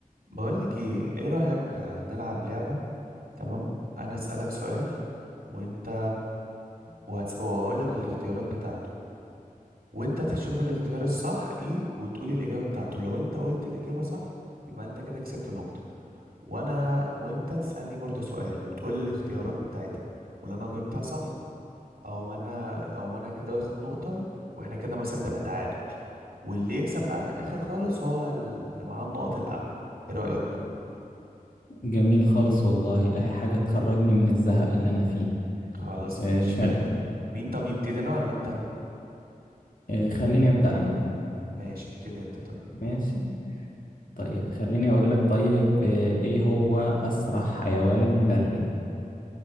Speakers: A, on the right; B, on the left.
A: بقولك ايه ايه رأيك نلعب لعبة تمام انا اسألك سؤال وانت وهس... وهقولك الاختيارات بتاعته وانت تشوف الاختيار الصح ايه وتقولي الإجابة بتاعته لو انت قلت الإجابة صح يبقى انت كده كسبت نقطة وانا وانت تسألني برضو سؤال وتقول الاختيارات بتاعتها ولو انا جاوبتها صح او ما انا او ما انا كده واخد نقطة واحنا كده مثلا نبقى تعادل واللي يكسب بقى في الآخر خالص هو اللي معاه النقط الأعلى ايه رأيك
B: جميل خالص والله اهي حاجة تخرجني من الزهق اللي انا فيه
A: خلاص
B: آه،
A: ماشي
B: فعلا
A: يلا مين طب يبتدي انا ولا انت
B: آه، خليني ابدأ انا
A: ماشي ابتدي انت طب
B: ماشي طيب خليني اقول لك طيب آه، ايه هو اسرع حيوان بري